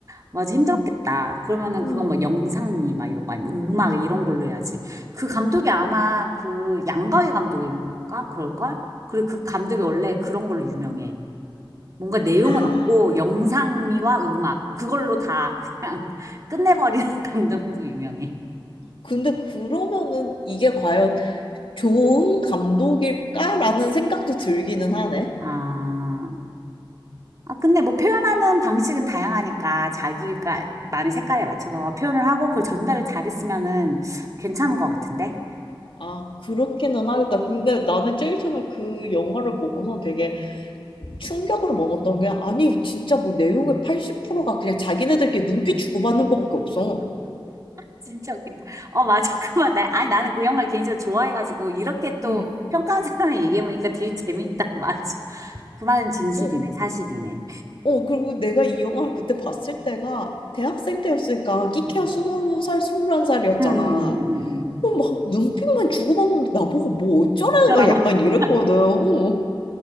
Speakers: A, on the right; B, on the left.
A: 맞아, 힘들었겠다.
B: 음.
A: 그러면은
B: 음.
A: 그건 뭐 영상미, 막 이런 거 아니면 음악 이런 걸로 해야지. 그 감독이 아마 그 양가위 감독인가? 그럴걸? 그리고 그 감독이 원래 그런 걸로 유명해. 뭔가 내용은
B: 아.
A: 없고 영상미와 음악 그걸로 다 그냥 <laughs> 끝내버리는 <laughs> 감독으로 유명해.
B: 근데 그러면은 이게 과연 좋은 감독일까라는 생각도 들기는 하네.
A: 아, 아 근데 뭐 표현하는 방식은 다양하니까 자기가 많은 색깔에 맞춰서 표현을 하고 그걸
B: 음,
A: 전달을 잘했으면은 괜찮은 것 같은데. <laughs>
B: 아, 그렇기는 하겠다. 근데 나는 제일 처음에 그 영화를 보고서 되게 충격을 먹었던 게, 아니, 진짜 뭐 내용의 80%가 그냥 자기네들끼리 눈빛 주고받는 것밖에 없어.
A: 진짜 웃긴다. 어 맞아 <laughs> 그만. 나, 아니 나는 그 영화를 개인적으로 좋아해가지고 이렇게 또
B: 음.
A: 평가하는 사람을 얘기해보니까 되게 재밌다. <laughs> 맞아. 그 말은 진실이네,
B: 어,
A: 사실이네.
B: 어, 그리고 내가 이 영화를 그때 봤을 때가 대학생 때였으니까 끼케야
A: 음,
B: 스무 살, 스물한 살이었잖아.
A: 음, 음, 음. 음.
B: 어, 막 눈빛만 주고받는데 나보고 뭐 어쩌라는
A: 그더라고.
B: 거야 약간
A: <laughs>
B: 이랬거든. 어.